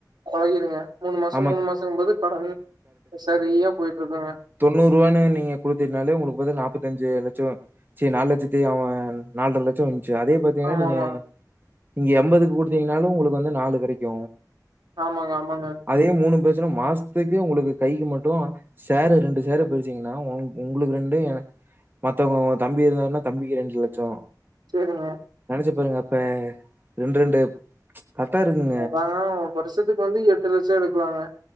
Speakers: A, on the right; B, on the right.
A: கொழகிடுங்க மூணு மாசோ
B: ஆமா.
A: மூணு மாசோங்கு போது கடன் சரியா போயிட்டு இருக்குங்க
B: தொண்ணூறு ரூவான்னு நீங்க குடுத்தீனாலே உங்களுக்கு பாத்தீன்னா நாப்பத்தஞ்சு லட்சோ செரி நாலுலட்சத்தி அவன் நால்ர லட்சம் வஞ்ச்சு அதே பாத் தீங்கன்ன
A: ஆமா
B: நீங்க
A: ஆமா
B: நீங்க எம்பதுக்கு குடுத்தீங்கனாலு உங்களுக்கு வந்து நாலு கெடைக்கு
A: ஆமாங்க ஆமாங்க
B: அதே மூணு போய்ச்னா மாசத்துக்கு உங்களுக்கு கைக்கு மட்டு ஷேரு ரெண்டு ஷேரூ பிருஙச்சீங்கன்னா உ உங்களுக்கு ரெண்டு எனக்கு மத்தவங்கங்க தம்பி இருந்தாருன்னா தம்பிக்கு ரெண்டு லட்சோ
A: சேரிங்க
B: நெனைச்சு பாருங்க அப்ப ரெண்டு ரெண்டு கரெக்டா இருக்குங்
A: அ பாத்னா வருஷோத்துக்கு வந்து எட்டு லட்சோ எடுக்குளாங்க